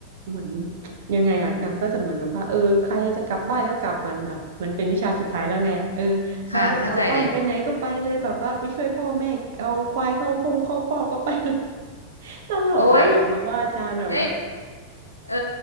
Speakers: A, on the right; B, on the left.
A: เหมือนยังไงอ่ะนางก็จะเหมือนแบบว่าเออใครจะกลับบ้านก็กลับเหมันแบบมันเป็นวิชาสุดท้ายแล้วไงเออใครจะกลับบ้านไปไหนก็ไปเลยแบบว่าไปช่วยพ่อแม่เอาควายเข้าคงเข้าคอกก็ไปเลย
B: ค่ะเข้าใจเลย
A: <laughs> ตลกอะอย่างแบบว่าอาจารย์แบบว่า
B: โอ้ยเอ้ยเออ